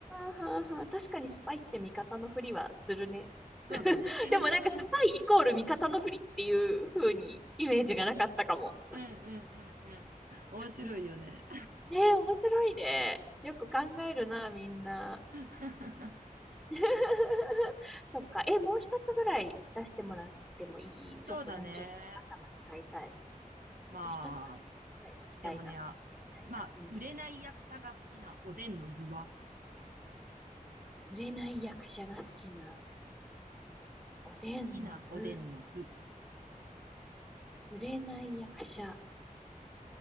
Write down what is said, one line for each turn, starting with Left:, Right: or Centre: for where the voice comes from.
Centre: はあはあはあはあ。確かにスパイって味方のふりはするね。
Right: そうだね。
Centre: <laughs>
Right: <laughs>
Centre: でもなんかスパイイコール味方のふりっていう風にイメージがなかったかも。
Right: うんうんうんうん。面白いよね。
Centre: うんねえ、面白いね。よく考えるな、みんな。
Right: <laughs>
Centre: <laughs> そっか。え、もう一つぐらい出してもらってもいいちょっともうちょっと頭使いたい。
Right: そうだね。
Centre: あ
Right: まあ、
Centre: と一つぐらい聞きたいな、
Right: でもね、あ、
Centre: みたいな。
Right: まあ、
Centre: うん。
Right: 売れない役者が好きなおでんの具は、
Centre: 売れない役者が好きなおでんの具、
Right: 好きなおでんの具。
Centre: 売れない役者。